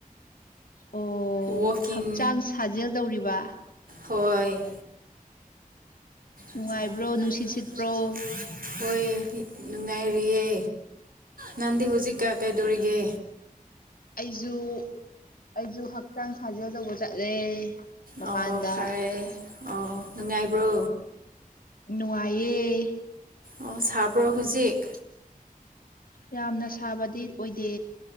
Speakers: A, on the left; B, on the right.
A: ꯑꯣ
B: ꯋꯥꯛꯀꯤꯡ
A: ꯍꯛꯆꯥꯡ ꯁꯥꯖꯦꯜ ꯇꯧꯔꯤꯕ
B: ꯍꯣꯏ
A: ꯅꯨꯡꯉꯥꯏꯕ꯭ꯔꯣ
B: ꯍꯣꯏ <unintelligible>
A: ꯅꯨꯡꯁꯤꯠ ꯁꯤꯠꯄ꯭ꯔꯣ
B: ꯅꯨꯡꯉꯥꯏꯔꯤꯌꯦ ꯅꯟꯗꯤ ꯍꯧꯨꯖꯤꯛꯀ ꯀꯩꯗꯧꯔꯤꯒꯦ?
A: ꯑꯩꯖꯨ ꯑꯩꯖꯨ ꯍꯛꯆꯥꯡ ꯁꯥꯖꯦꯜ ꯇꯧꯕ ꯆꯠꯂꯦ꯫ ꯃꯄꯥꯟꯗ
B: ꯑꯧ ꯐꯔꯦ ꯑꯧ ꯅꯨꯡꯉꯥꯏꯕ꯭ꯔꯣ
A: ꯅꯨꯡꯉꯥꯏꯌꯦ
B: ꯑꯣ ꯁꯔꯕ꯭ꯔꯣ ꯍꯨꯖꯤꯛ?
A: ꯌꯥꯝꯅ ꯁꯥꯕꯗꯤ ꯑꯣꯏꯗꯦ